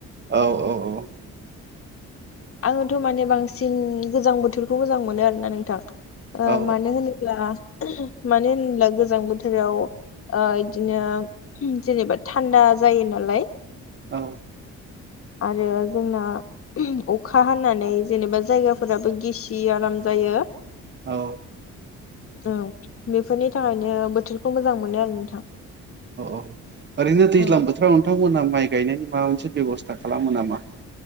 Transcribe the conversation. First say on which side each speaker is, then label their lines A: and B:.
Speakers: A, on the right; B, on the left.
A: औ औ औ
B: आङोथ माने बांसिन गोजां बोथोरखौ मोजां मोनो आरोना नोंथां ओ
A: औ
B: मानो होनोब्ला मानो होनब्ला गोजां बोथोराव ओ इदिनो जेनेबा थान्दा जायो नालाय <inaudible>
A: औ
B: आरो जोंना अखा हानानै जेनेबा जायगाफोराबो गिसि आराम जायो
A: औ
B: औ बेफोरनि थाखायनो बोथोरखौ मोजां मोनो आरो नोंथां
A: औ ओरैनो दैज्लां
B: औ
A: बोथोराव नोंथां मोना माइ गायनायनि माबा मोनसे बेब'स्था खालामो नामा